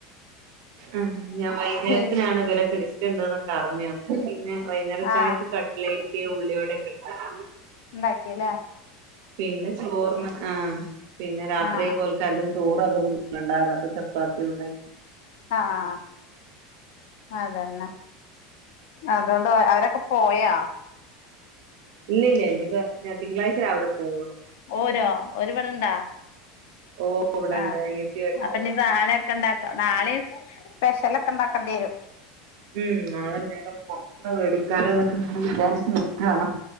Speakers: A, on the right; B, on the left.
A: ആ ഞാൻ വൈകുന്നേരത്തിനാണ്
B: പി
A: വിലൊക്കെ ഗസ്റ്റ് ഉണ്ട്ന്ന് പറഞ്ഞുവന്ന പിന്നെ വൈകുന്നേരചയക്ക്
B: ആ
A: കട്ട്ലേറ്റ് ഉള്ളിവടയൊക്കെ ഉണ്ടാക്കി
B: ഇണ്ടായല്ലേ
A: പിന്നെ ചോർന് ആ പിന്നെ രാത്രിയോൽക്കാർക്കും
B: ആഹ്
A: ചോറ് അതൊന്നും വാണ്ടാറഞ്ഞപ്പം ചപ്പാത്തി ഉണ്ടാക്കി
B: ആഹ അതന്നെ അതുകൊണ്ട് അവരൊക്കെ പോയാ.
A: ഇല്ലില്യാ ഇനി <unintelligible> തിങ്കളാഴ്ച രാവിലെ പോവുള്ളു
B: ഓരോ ഓലിവിടെണ്ടോ?
A: ഓ ഇവിടെണ്ട്
B: ആഹ
A: അനിയത്തി ഏട്ടത്തി
B: അപ്പൊ
A: ഇവിടെണ്ട്
B: ഇനി നാളൊക്കെ ഇണ്ടാക്ക! നാളും സ്പെഷെലൊക്കെ ഉണ്ടാക്കേണ്ടി വരും
A: ഉം നാളെന്തായാലും പൊർത്ത്ന്ന് വേടിക്കാന് ന്നൊക്കെ വിചാരിച്ച് നിക്കാണ്